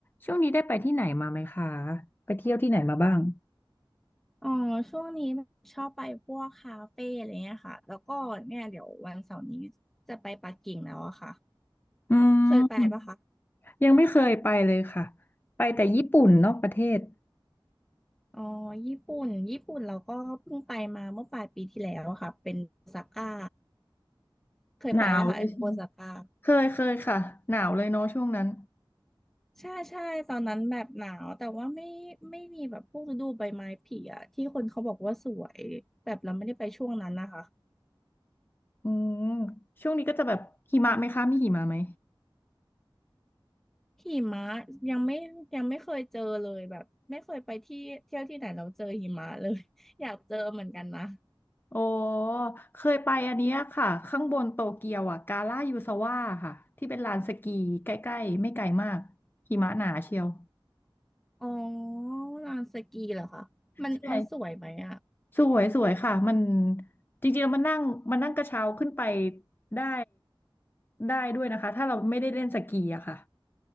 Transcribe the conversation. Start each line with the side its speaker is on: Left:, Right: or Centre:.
Left: ช่วงนี้ได้ไปที่ไหนมาไหมคะไปเที่ยวที่ไหนมาบ้าง
Centre: อ๋อช่วงนี้ชอบไปพวกคาเฟ่อะไรเงี้ยค่ะแล้วก็เนี่ยเดี๋ยววันเสาร์นี้จะไปปักกิ่งแล้วอะค่ะ
Left: อื
Centre: เคยไปปะคะ
Left: มยังไม่เคยไปเลยค่ะ ไปแต่ญี่ปุ่นนอกประเทศ
Centre: อ๋อญี่ปุ่นญี่ปุ่นเราก็เพิ่งไปมาเมื่อปลายปีที่แล้วอะค่ะเป็นโอซาก้าเคยไปปะคะโอซาก้า
Left: หนาวเลยใช่ไหมเคยเคยค่ะหนาวเลยเนาะช่วงนั้น
Centre: ใช่ใช่ตอนนั้นแบบหนาวแต่ว่าไม่ไม่มีแบบพวกฤดูใบไม้ผลิอะที่คนเขาบอกว่าสวยแบบเราไม่ได้ไปช่วงนั้นนะคะ
Left: อืมช่วงนี้ก็จะแบบหิมะไหมคะมีหิมะไหม
Centre: หิมะยังไม่ยังไม่เคยเจอเลยแบบไม่เคยไปที่เที่ยวที่ไหนเราเจอหิมะเลย <laughs> อยากเจอเหมือนกันนะ
Left: โอ้เคยไปอันเนี้ยค่ะข้างบนโตเกียวอ่ะกาล่ายูซาวะค่ะที่เป็นลานสกีใกล้ๆไม่ไกลมากหิมะหนาเชียว
Centre: อ๋อลานสกีเหรอคะมันมันสวยไหมอ่ะ
Left: ใช่ สวยสวยค่ะมันจริงๆแล้วมันนั่งมันนั่งกระเช้าขึ้นไปได้ได้ด้วยนะคะถ้าเราไม่ได้เล่นสกีอะค่ะ